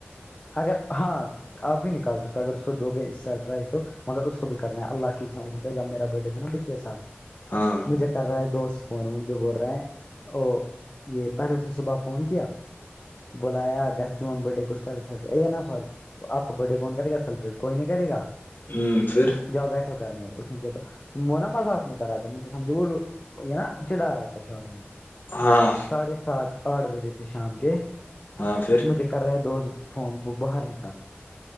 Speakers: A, on the left; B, on the left.
A: اگر ہاں آپ بھی نکال سکتے اگر اس کو دو گئی سرپرائز تو مگر اس کو بھی کرنا ہے اللہ کی جبیرا برھ ڈے تھا نا پچھے سال
B: ہاں
A: مجھے کر رہا ہے دوست فون مجھے بول رہا ہے او یہ پہلے اس نے صبح فون کیا بلایا گھر چون بڈے ک کر س ہے نا سوری آپ کو برھ ڈے کون کرے گا سیلیبریٹ کوئی نہیں کرےا
B: ہوں پھر
A: جاؤ بیٹھ ہو گھر میں اس نے کیا تو وہ نا مذاق میں کرا تھا مجھے سمجھو وہ یہ نا چڑا رہا تھا شارٹ میں
B: ہاں
A: ساڑھے سات آٹھ بجے تے شام کے
B: ہاں پھر
A: مجھے کر رہا ہے دوست فون باہر نکال